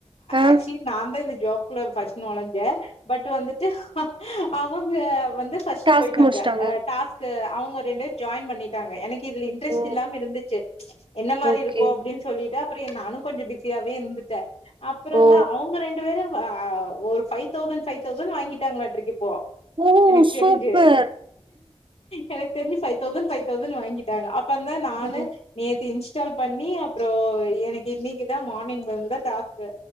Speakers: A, on the right; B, on the left.
A: ஆ
B: ஆக்சுலி நாதான் இந்த ஜாப் குள்ள ஃபர்ஸ்ட் நொழஞ்சே பட் வந்துட்டு அவுங்க வந்து ஃபர்ஸ்டு
A: டாஸ்க்
B: போயிட்டாங்க
A: முடிச்சுட்டாங்க.
B: டாஸ்க் கு அவுங்க ரெண்டு ஜாயின் பண்ணிட்டாங்க எனக்கு இதுல இன்ட்ரெஸ்ட்
A: ஓ!
B: இல்லாம இருந்துச்சு என்ன மாரி
A: ஓகே.
B: இருக்கூ அப்டின் ன் சொல்லிட்டு அப்புறொ நானு கொஞ்சொ பிஸியாவே இருந்துட்டே அப்புறந்தா
A: ஓ!
B: அவுங்க ரெண்டு பேரு ஒ அ ஒரு ஃபைவ் தௌசண்ட் ஃபைவ் தௌசண்ட் வாங்கிட்டாங்களாட்ருக்கு இப்போ
A: ஓ!
B: எனக்
A: சூப்பர்.
B: தெரிஞ்சு எனக் தெரிஞ்சு ஃபைவ் தௌசண்ட் ஃபைவ் தௌசண்ட் வாங்கிட்டாங்க அப்பந்தான் நானு
A: ம்.
B: நேத்து இன்ஸ்டால் பண்ணி அப்புறோ எனக்கு இன்னைக்குதா மார்னிங் வந்துதா டாஸ்க்கு